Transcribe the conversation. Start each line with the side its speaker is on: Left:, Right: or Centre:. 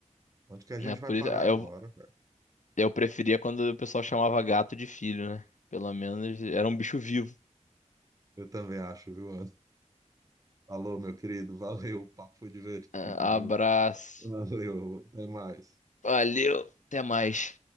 Right: Onde que a gente
Left: É por
Right: vai parar
Left: isso, eu,
Right: agora, velho?
Left: eu preferia quando o pessoal chamava gato de filho, né? Pelo menos era um bicho vivo.
Right: Eu também acho, viu, Anderson? Falou, meu querido. Valeu, o papo foi divertido,
Left: Ah,
Right: viu?
Left: Abraço.
Right: Valeu, até mais.
Left: Valeu. Até mais.